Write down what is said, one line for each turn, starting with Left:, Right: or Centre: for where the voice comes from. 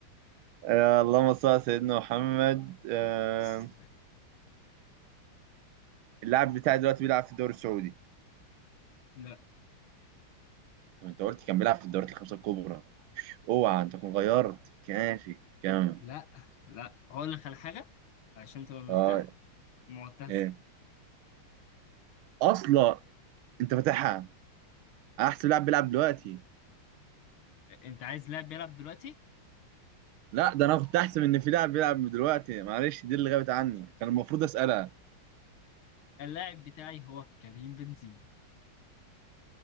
Right: آه اللهم صل على سيدنا محمد آه
Left: بس
Right: اللاعب بتاعي دلوقتي بيلعب في الدوري السعودي
Left: لا
Right: طب انت قلت كان بيلعب في الدوريات الخمسه الكبرى اوعى انت تكون غيرت ماشي كمل
Left: لا لا هقول لك على حاجة علشان تبقى مرتاح
Right: اه
Left: معتز
Right: ايه اصلا انت فاتحها انا احسب لاعب بيلعب دلوقتي
Left: انت عايز لاعب بيلعب دلوقتي
Right: لا ده انا كنت احسب ان في لاعب بيلعب دلوقتي معلش دي اللي غابت عني كان المفروض اسالها
Left: اللاعب بتاعي هو كريم بنزيما